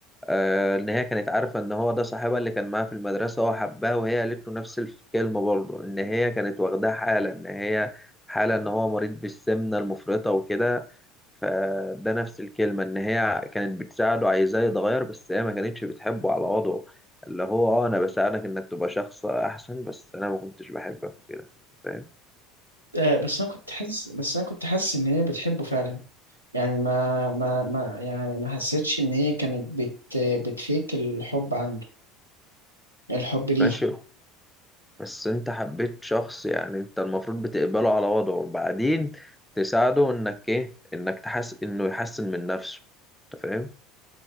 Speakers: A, in the centre; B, on the right.
A: آه، إن هي كانت عارفة إن هو ده صاحبها اللي كان معاها في المدرسة هو حبها وهي قالت له نفس الكلمة برضو إن هي كانت واخداه حالة إن هي حالة إن هو مريض بالسمنة المفرطة وكده فده نفس الكلمة إن هي كانت بتساعده عايزاه يتغير بس هي ما كانتش بتحبه على وضعه اللي هو أه أنا بساعدك إنك تبقى شخص أحسن بس أنا ما كنتش بحبك وكده أنت فاهم
B: آه، بس انا كنت حاسس بس انا كنت حاسس ان هي بتحبه فعلا يعني ما ما ما يعني ما حسيتش ان هي كانت بت بتفيك الحب عنده الحب ليه
A: ماشي بس انت حبيت شخص يعني انت المفروض بتقبله على وضعه وبعدين تساعده انك ايه انك تحس انه يحسن من نفسه انت فاهم